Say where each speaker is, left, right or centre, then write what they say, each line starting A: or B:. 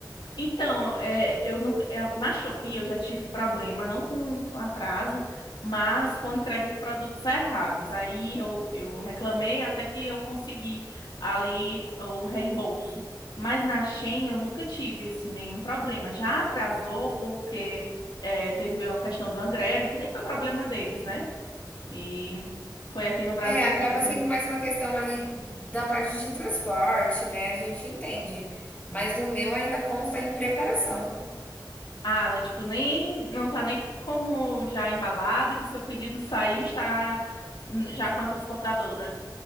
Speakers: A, on the left; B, on the left.
A: Então, é, eu não, é, na Shopee eu já tive problema, não com, com atraso, mas com a entrega de produtos errados. Aí eu, eu reclamei até que eu consegui ali o reembolso. Mas na Shein eu nunca tive assim, nenhum problema. Já atrasou porque é, teve uma questão de uma greve, que nem foi problema deles, né? E foi aqui no Brasil
B: É, acaba
A: mesmo.
B: sendo mais uma questão ali da parte de transporte, né? A gente entende, mas o meu ainda consta em preparação.
A: Ah, não, tipo, nem não tá nem como já embalado que seu pedido saiu está hum, já com a transportadora.